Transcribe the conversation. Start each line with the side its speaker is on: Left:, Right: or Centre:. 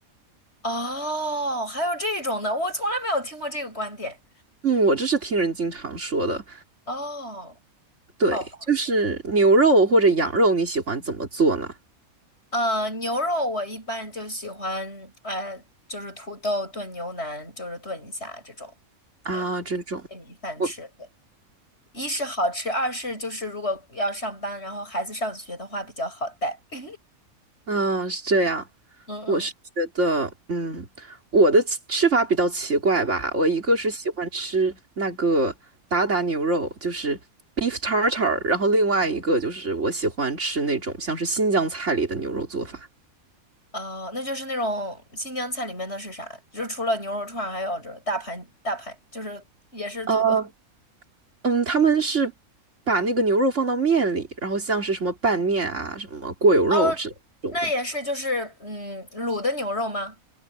Left: 哦，还有这种的，我从来没有听过这个观点。
Right: 嗯，我这是听人经常说的，
Left: 哦，
Right: 对，
Left: 好吧。
Right: 就是牛肉或者羊肉，你喜欢怎么做呢？
Left: 呃，牛肉我一般就喜欢，呃，就是土豆炖牛腩，就是炖一下这种，
Right: 啊，
Left: 呃，
Right: 这种，
Left: 配米饭吃。
Right: 我，
Left: 对一是好吃，二是就是如果要上班，然后孩子上学的话比较好带。<laughs>
Right: 嗯，是这样，
Left: 嗯嗯，
Right: 我是觉得，嗯，我的吃吃法比较奇怪吧，我一个是喜欢吃那个达达牛肉，就是 beef tartar，然后另外一个就是我喜欢吃那种像是新疆菜里的牛肉做法。
Left: <laughs> 呃，那就是那种新疆菜里面的是啥？就是除了牛肉串儿还有就是大盘大盘，就是也是土豆。
Right: 呃嗯，他们是把那个牛肉放到面里，然后像是什么拌面啊、什么过油肉这种的，
Left: 哦，那也是就是嗯卤的牛肉吗？